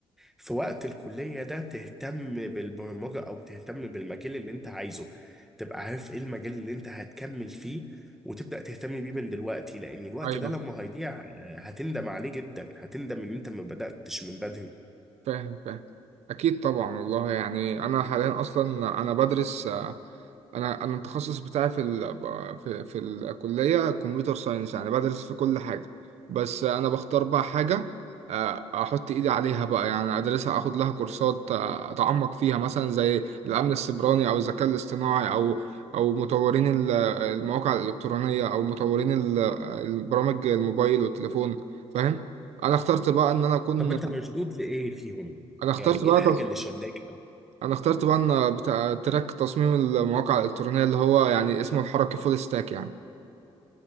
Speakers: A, in the centre; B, on the right (about 80°).
A: في وقت الكلية ده تهتم بالبرمجة أو تهتم بالمجال اللي أنت عايزه تبقى عارف إيه المجال اللي أنت هتكمل فيه وتبدأ تهتم بيه من دلوقتي لأن الوقت
B: ايوه
A: ده لما هيضيع آه، هتندم عليه جدا هتندم إن أنت ما بدأتش من بدري
B: فاهم فاهم اكيد طبعا والله يعني انا حاليا اصلا انا بدرس آه، انا انا التخصص بتاعي في ال... في في الكليه كمبيوتر ساينس يعني بدرس في كل حاجه بس انا بختار بقى حاجه آه، احط ايدي عليها بقى يعني ادرسها اخد لها كورسات آه، اتعمق فيها مثلا زي الامن السيبراني او الذكاء الاصطناعي او او مطورين ال- المواقع الالكترونيه او مطورين ال- البرامج الموبايل والتليفون فاهم انا اخترت بقى ان انا اكون
A: طب أنت مشدود لإيه فيهم؟
B: انا اخترت
A: يعني إيه
B: بقى
A: الحاجة اللي شداك؟
B: انا اخترت بقى بتاع تراك تصميم المواقع الالكترونيه اللي هو يعني اسمه الحركي فول ستاك يعني